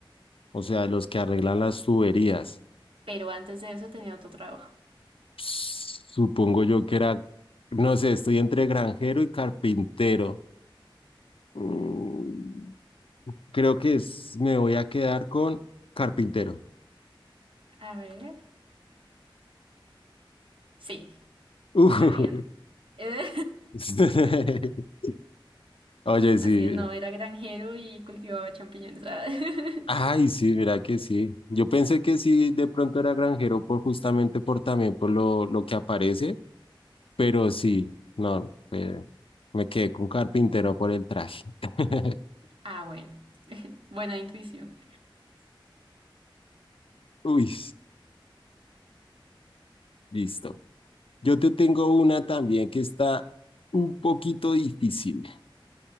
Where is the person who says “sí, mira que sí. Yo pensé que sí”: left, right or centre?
Left